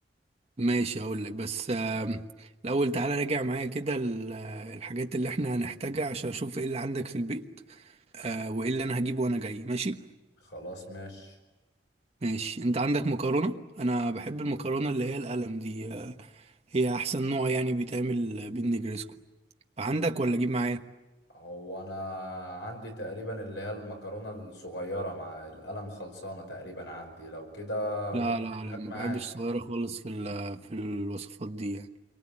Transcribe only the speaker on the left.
خلاص ماشي
هو انا عندي تقريبا اللي هي المكرونة الصغيرة مع القلم خلصانة تقريبا عندي لو كده
ممكن
هات
معاك